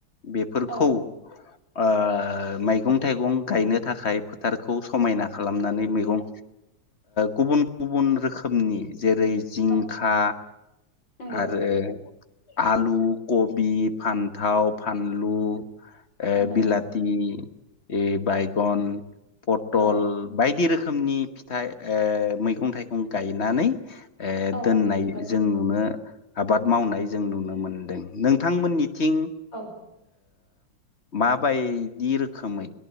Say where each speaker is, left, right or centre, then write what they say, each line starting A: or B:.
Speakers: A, on the left (about 40°); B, on the left (about 75°).
A: बेफोरखौ
B: औ
A: ओ मैगं थाइगं गायनो थाखाय फोथारखौ समायना खालामनानै मैगं गुबुन गुबुन रोखोमनि जेरै जिंखा
B: औ नंगौ
A: आरो आलु कबि फानथाव फानलु ए
B: नंगौ
A: बिलाथि
B: नों
A: ए बायगन पथल
B: औ
A: बायदि रोखोमनि फिथाइ मैगं थाइगं गायनानै
B: औ
A: दोननाय
B: नंगौ
A: जों नुनो आबाद मावनाय जों नुनो मोनदों नोंथांमोननिथिं
B: औ
A: माबायदि रोखोमै